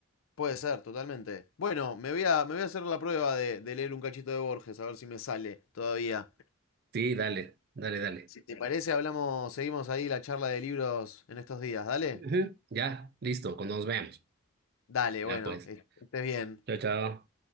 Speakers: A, on the left; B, on the right.
A: Puede ser, totalmente. Bueno, me voy a, me voy a hacer la prueba de, de leer un cachito de Borges, a ver si me sale todavía.
B: Sí, dale, dale, dale.
A: Si te parece, hablamos, seguimos ahí la charla de libros en estos días, ¿dale?
B: Ujú, Ya, listo, cuando nos veamos.
A: Dale,
B: Ya
A: bueno,
B: pues.
A: es- estés bien.
B: Chao, chao.